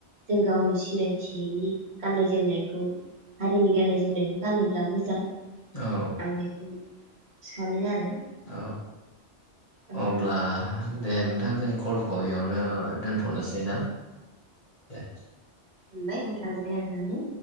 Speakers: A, on the right; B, on the left.
A: जों गावनि सिनायथिनि गाननाय जोमनायखौ हारिनि गाननाय जोमनायखौ गानोब्ला मोजां
B: औ
A: आं बेखौनो सानो आरो
B: औ
A: औ
B: अब्ला दे नोंथां जों कलखौ बेयावनो दोनथ'नोसै ना दे
A: मोनबाय नोंथांजों रायलायनानै